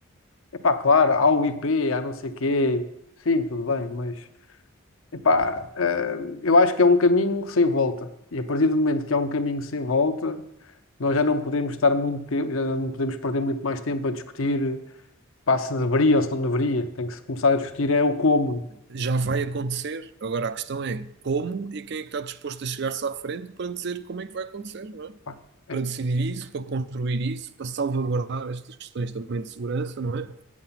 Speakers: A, on the left (about 70°); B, on the right (about 50°).
A: Epá, claro, há o IP, há não sei quê, sim, tudo bem, mas Epá, eh, eu acho que é um caminho sem volta. E a partir do momento que é um caminho sem volta, nós já não podemos estar muito tempo, já não podemos perder muito mais tempo a discutir, pá, se deveria ou se não deveria. Tem que se começar a discutir é o como.
B: Já vai acontecer. Agora a questão é como e quem é que está disposto a chegar-se à frente para dizer como é que vai acontecer, não é?
A: Pá, é,
B: Para decidir isso, para construir isso, para salvaguardar estas questões também de segurança, não é?